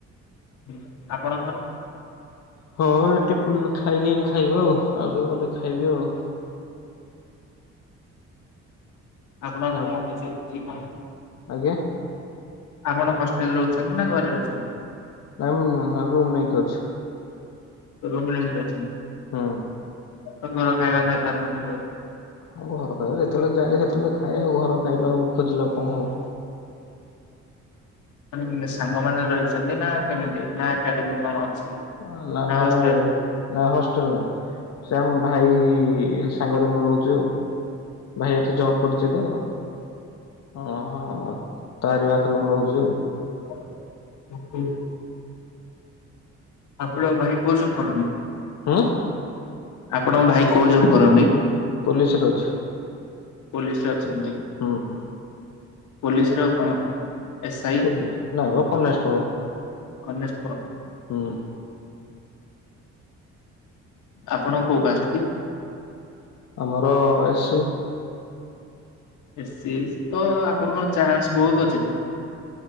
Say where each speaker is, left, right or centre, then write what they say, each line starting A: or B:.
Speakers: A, on the left (about 80°); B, on the left (about 60°).
A: ହୁଁ ଆପଣଙ୍କର।
B: ହଁ ଏଟି ଉଁ ଖାଇନି ଏନି ଖାଇବ ଆଉ ଆଉ ଟିକେ ଗଲେ ଖାଇବି ଆଉ।
A: ଆପଣ
B: ଆଉ
A: କଣ ହେଇଚି କି କଣ?
B: ଆଜ୍ଞା।
A: ଆପଣ ହଷ୍ଟେଲରେ ରୋହୁଚନ୍ତି ନା ଘରେ ରୋହୁଛନ୍ତି।
B: ନାଇଁ ମୁଁ ହଁ ରୁମ୍ ନେଇକି ଅଛି।
A: ରୁମ୍ ନେଇକି ରହିଛନ୍ତି।
B: ହୁଁ।
A: ତ ଘର ଖାଇବା ଖାଇ ପାରୁନଥିବ ଆଉ।
B: ହଁ ଘର ଖାଇବା ଯେତେବେଳେ ଯାଏ ସେତେବେଳେ ଖାଏ ଆଉ ଘର ଖାଇବା ଆଉ ଖୋଜିଲେ କଣ ହବ।
A: ମାନେ ସାଙ୍ଗ ମାନେ ରହିଛନ୍ତି ନା କେମିତି ନା ଏକାଡେମୀ କଣ ଅଛି।
B: ଆ ଲାମେ
A: ନା ହଷ୍ଟେଲ?
B: ନାଇଁ ହଷ୍ଟେଲ ନାଇଁ ସେ ଆମ ଭାଇ ସାଙ୍ଗରେ ମୁଁ ରୋହୁଚି ଆଉ। ଭାଇ ଏଠି ଜବ କରୁଚି ତ ଅ ତାରି ପାଖରେ ମୁଁ ରହୁଚି ଆଉ।
A: <inaudible> ଆପଣ ଭାଇ କୁଅ ସେ କରୁନି।
B: ଉଁ।
A: ଆପଣଙ୍କ ଭାଇ କୋଉ ଜବ କରନ୍ତି?
B: ପୋଲିସରେ ଅଛି।
A: ପୋଲିସରେ ଅଛନ୍ତି।
B: ଉଁ ହୁଁ।
A: ପୋଲିସ ର କଣ? ଏସ୍
B: ପୁନି ନାଇ ମ କନେଷ୍ଟବଳ।
A: କନେଷ୍ଟବଲ।
B: ହୁଁ।
A: ଆପଣ କୋଉ
B: ଆଚ୍ଛା
A: କାଷ୍ଟ କି?
B: ଆମର ଏ ସି।
A: ଏ ସି ସ ତ ଆପଣଙ୍କ ଚାନ୍ସ ବୋହୁତ ଅଛି ତ।